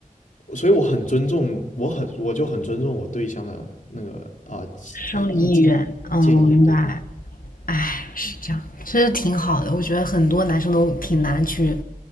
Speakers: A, on the left; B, on the left.
A: 所以我很尊重，我很我就很尊重我对象的那个啊
B: 生理意愿，
A: 啊、意见建议，
B: 嗯，我明白。
A: 对，
B: 唉，是这样，其实挺好的，我觉得很多男生都挺难去